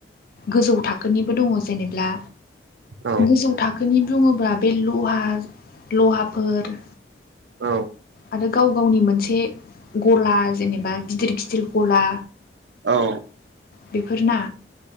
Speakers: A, on the left; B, on the right.
A: गोजौ थाखोनिबो दङ जेनेब्ला।
B: औ
A: गोजौ थाखोनि बुङोब्ला बे लहा लहाफोर
B: औ
A: आरो गाव गावनि मोनसे गला जेनेबा गिदिर गिदिर गला
B: औ
A: बेफोरना